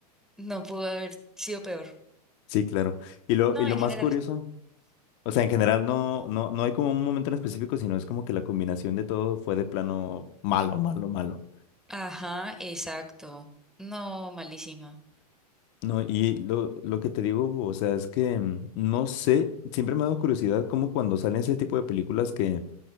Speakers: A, in the centre; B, on the left.
A: no pudo haber sido peor.
B: Sí, claro. Y lo,
A: No,
B: y lo
A: en
B: más
A: general.
B: curioso, o sea,
A: mm.
B: en general no, no, no hay como un momento en específico, sino es como que la combinación de todo fue de plano malo, malo, malo.
A: Ajá, exacto. No, malísima.
B: No, y lo, lo que te digo, Hugo, o sea, es que mm, no sé, siempre me ha dado curiosidad como cuando salen ese tipo de películas que,